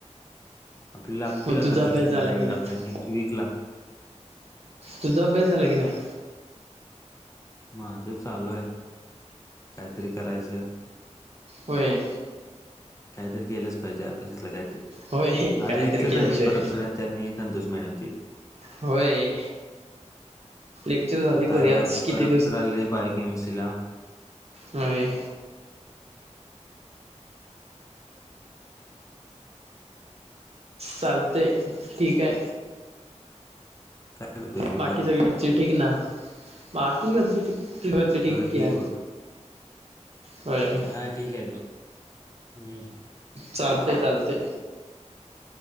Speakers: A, on the left (about 25°); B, on the right (about 55°).
A: आपल्या लागतील
B: मग
A: आता
B: तुझा
A: नेक्स्ट
B: अभ्यास झाला
A: महिन्या
B: की नाही
A: आपल्या नेक्स्ट वीक ला
B: तुझा अभ्यास झाला की नाही.
A: माझं चालू आहे कायतरी करायचं.
B: होय.
A: काहीतरी केलंच पाहिजे अभ्यासातलं काय
B: होय
A: आज
B: काहीतरी
A: लेक्चर
B: केल्याशिवाय
A: झाली परब सरांच्या आणि संतोष मॅडम.
B: होय लेक्चर झाली
A: आता
B: बरी आज किती
A: परबसरआले आहे बाय केमिस्ट चला
B: नाही. चालतय ठीक आहे.
A: काय करतोयस मग
B: बाकी सगळ्याचे ठीक ना बाकी घरची ठीक ना. घरचे ठीक
A: हो
B: आहे
A: बघ.
B: होय
A: हां ठीक आहे बघ. हं.
B: चालत चालते.